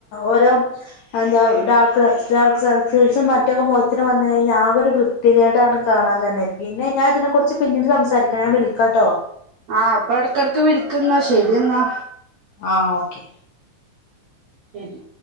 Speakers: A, on the left; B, on the right.
A: ഓരോ എന്താ ഡാർക്ക് ഡാർക്ക് സർക്കിൾസും മറ്റൊക്കെ മൊഖത്തിന് വന്ന് കഴിഞ്ഞാൽ ആ ഒരു വൃത്തികേടാണ് കാണാൻ തന്നെ പിന്നെ ഞാൻ ഇതിനെ കുറിച്ച് പിന്നീട് സംസാരിക്കാം ഞാൻ വിളിക്കാട്ടോ
B: ആഹ് ഇപ്പൊ എടക്കടക്ക് വിളിക്ന്നാ ശരിയെന്നാ
A: ആഹ് ഓക്കെ
B: ശരി